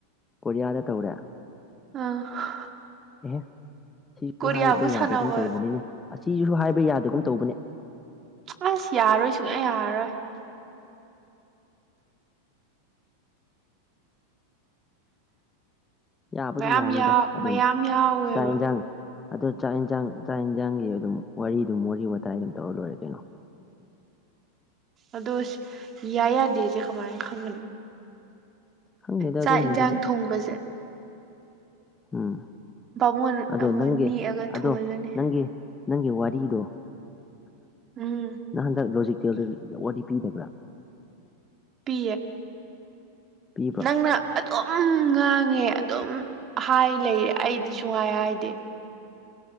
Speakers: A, on the left (about 15°); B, on the right (about 30°).
A: ꯀꯣꯔꯤꯌꯥꯗ ꯇꯧꯔꯦ
B: ꯑꯥ
A: ꯑꯦꯍꯦ ꯁꯤꯁꯨ
B: ꯀꯣꯔꯤꯌꯥꯕꯨ
A: ꯍꯥꯏꯕ ꯌꯥꯗꯒꯨꯝ
B: ꯁꯥꯟꯅꯕ
A: ꯇꯧꯕꯅꯤꯅꯦ ꯑꯁꯤꯁꯤꯁꯨ ꯍꯥꯏꯕ ꯌꯥꯗꯒꯨꯝ ꯇꯧꯕꯅꯦ
B: ꯑꯁ ꯌꯥꯔꯣꯏ ꯁꯨꯡꯛꯌꯥ ꯌꯥꯔꯣꯏ
A: ꯌꯥꯕꯨꯗꯤ
B: ꯃꯌꯥꯝ
A: ꯌꯥꯅꯤꯗ
B: ꯌꯥꯎ
A: ꯑꯗꯨꯝ
B: ꯃꯌꯥꯝ ꯌꯥꯎꯋꯦꯕ
A: ꯆꯥꯛ ꯌꯦꯟꯁꯥꯡ ꯑꯗ ꯆꯥꯛ ꯌꯦꯟꯁꯥꯡ ꯆꯥꯛ ꯌꯦꯟꯁꯥꯡꯒꯤ ꯑꯗꯨꯝ ꯋꯥꯔꯤꯗꯨꯝ ꯋꯥꯔꯤ ꯋꯥꯇꯥꯏ ꯑꯗꯨꯝ ꯇꯧꯔ ꯂꯣꯏꯔꯦ ꯀꯩꯅꯣ
B: ꯑꯗꯣ ꯌꯥ ꯌꯥꯗꯦꯁꯦ ꯀꯃꯥꯏꯅ ꯈꯪꯒꯅꯤ
A: ꯈꯪꯗꯦꯗ
B: ꯆꯥꯛ
A: ꯑꯗꯨꯝꯕꯗꯨꯗꯤ
B: ꯌꯦꯟꯁꯥꯡ ꯊꯣꯡꯕꯁꯦ
A: ꯎꯝ
B: ꯃꯨꯡ
A: ꯑꯗꯣ
B: ꯑꯃꯅꯤ
A: ꯅꯪꯒꯤ
B: ꯑꯒ ꯊꯣꯡꯉꯂꯅꯤ
A: ꯑꯗꯣ ꯅꯪꯒꯤ ꯅꯪꯒꯤ ꯋꯥꯔꯤꯗꯣ
B: ꯎꯝ
A: ꯅꯍꯟꯗꯛ ꯂꯣꯖꯤꯛꯇꯦꯜꯗ ꯋꯥꯔꯤ ꯄꯤꯗꯕ꯭ꯔꯥ
B: ꯄꯦ
A: ꯄꯤꯕ꯭ꯔꯣ
B: ꯅꯪꯅ ꯑꯗꯨꯝ ꯈꯪꯉꯦ ꯑꯗꯨꯝ ꯍꯥꯏ ꯂꯩꯌꯦꯦ ꯑꯩꯗꯤ ꯁꯨꯡꯉꯥꯏ ꯍꯥꯏꯗꯤꯦ